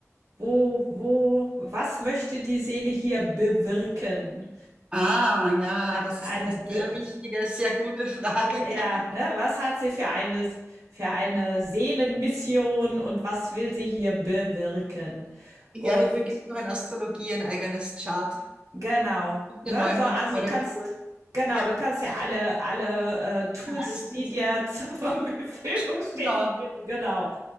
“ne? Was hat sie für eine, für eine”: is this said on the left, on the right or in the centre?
Right